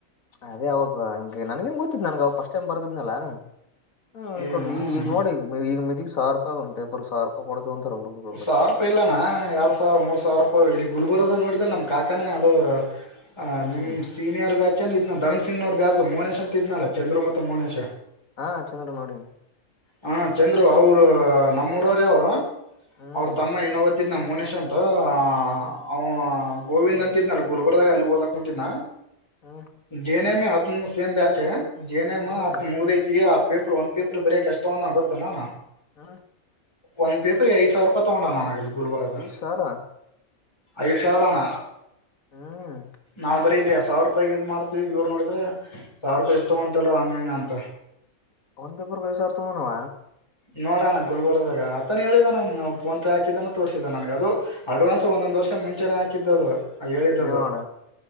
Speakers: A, on the left; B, on the left.
A: ಅದೇ ಅವಾಗ ಹಂಗೆ ನನ್ಗೆನ್ ಗೊತ್ತಿತ್ತ್ ನನ್ಗ್ ಅವ ಫಸ್ಟ್ ಟೈಮ್ ಬರ್ದಿದ್ನಲ. ಹ್ಮ್
B: ಏ
A: ಕೊಡ್
B: ಹಾ
A: ಈಗ ಈಗ್ ನೋಡಿ ಈಗ ಮೆಜಿಗ್ ಸಾವ್ರ ರೂಪಾಯ್ ಒಂದ್ ಪೇಪರ್ ಸಾವ್ರ್ ರೂಪಾಯ್ ಕೊಡ್ತೀವಂತ ಹುಡುಗುರು.
B: ಸಾವಿರ ರೂಪಾಯಿ ಇಲ್ಲಣ್ಣ ಎರಡ್ ಸಾವಿರ ಮೂರ್ ಸಾವಿರ ರೂಪಾಯಿ ಇಲ್ಲಿ ಗುಲ್ಬರ್ಗ ದಾಗ್ ನೋಡಿದ್ರ ನಮ್ ಕಾಕಾನೆ ಅದು ಹ
A: ಹ್ಮ್
B: ನಿಮ್ಸ್ ಸೀನಿಯರ್ ಬ್ಯಾಚನ್ ಇದ್ನ ಧರ್ಮ್ ಸಿಂಗ್ ನವ್ರ್ ಬ್ಯಾಚ್ ಮೋನೇಶ್ ಅಂತ್ ಇದ್ನಲ್ಲ ಚಂದ್ರು ಮತ್ತ್ ಮೋನೇಶ್
A: ಹಾ ಚಂದ್ರು ನೋಡಿನ್
B: ಹಾ ಚಂದ್ರು ಅವ್ರು ನಮ್ಮೂರವ್ರೆ ಅವ್ರು.
A: ಹ್ಮ್
B: ಅವ್ರ ತಮ್ಮ ಇನ್ನೊಬಾತ ಇದ್ನ ಮೋನೇಶ್ ಅಂತ ಆ
A: ಹ್ಮ್
B: ಅವ ಗೋವಿಂದ್ ಅಂತಿದ್ನಲ ಗುಲ್ಬರ್ಗಾಗ ಅಲ್ಲಿ ಓದಕ್ ಕುಂತಿದ್ನಾ
A: ಹ್ಮ
B: ಜೆ ಎನ್ ಎಮ್ ಎ ಅದ್ನು ಸೇಮ್ ಬ್ಯಾಚೆ ಜೆ ಎನ್ ಎಮ್
A: ಹ್ಮ್
B: ಹತ್ ಮುಗ್ದೈತಿ ಅದ್ ಪೇಪರ್ ಒಂದ್ ಪೇಪ್ರ್ ಬರಿಯಕ್ ಎಷ್ಟ್ ತಗೊಂದಾನ್ ಗೊತ್ತೇನ ಅಣ?
A: ಆ
B: ಒಂದ್ ಪೇಪರಿಗ್ ಐದ್ ಸಾವಿರ ರೂಪಾಯಿ ತಗೊಂಡಾನ ಅಣ ಇಲ್ಲಿ ಗುಲ್ಬರ್ಗದ
A: ಐದ್ ಸಾವಿರ
B: ಐದ್ ಸಾವಿರಣ
A: ಹ್ಮ್
B: ನಾವ್ ಬರಿ ಇಲಿ ಸಾವಿರ ರೂಪಾಯ್ಗ್ ಇದ್ ಮಾಡ್ ತಿವ್ ಇವ್ರು ನೋಡಿದ್ರೆ ಸಾವಿರ ರೂಪಾಯಿ ಇಷ್ಟ್ ತಗೋಂತಿಲ್ಲೋ ಹಂಗೆ ಹಿಂಗೆ ಅಂತ.
A: ಒಂದ್ ಪೇಪರ್ಗ್ ಐದ್ ಸಾವ್ರ್ ತಗೊಂಡವ.
B: ನೋಡೋಣ ಗುಲ್ಬರ್ಗದಾಗ ಅತ್ತ ನೀ ಹೇಳಿದಾನಣ್ಣ ಅವ್ ಫೋನ್ ಪೇ ಹಾಕಿದಾನ. ತೋರಿಸಿದ ನನ್ಗೆ ಅದು ಅಡ್ವಾನ್ಸ್ ಒಂದೊಂದ್ ವರ್ಷ ಮುಂಚೆನೆ ಹಾಕಿದ್ದದು ಹೇಳಿದ್ದದು
A: ನೋಡ